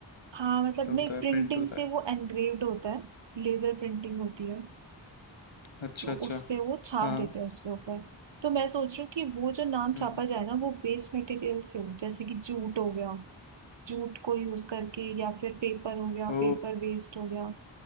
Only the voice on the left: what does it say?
होता
है
प्रिंट होता
है
अच्छा
अच्छा
हाँ
हम्म
ओ